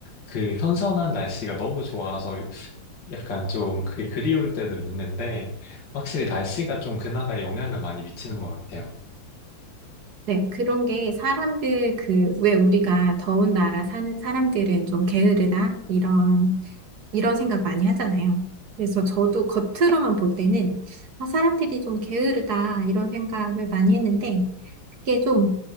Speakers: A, on the left (about 60°); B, on the right (about 55°).
A: 그 선선한 날씨가 너무 좋아서 약간 좀 그게 그리울 때도 있는데 확실히 날씨가 좀 그나마 영향을 많이 미치는 것 같아요.
B: 네, 그런 게 사람들 그, 왜 우리가 더운 나라 사는 사람들은 좀 게으르다? 이런, 이런 생각 많이 하잖아요. 그래서 저도 겉으로만 볼 때는, 아, 사람들이 좀 게으르다, 이런 생각을 많이 했는데, 그게 좀,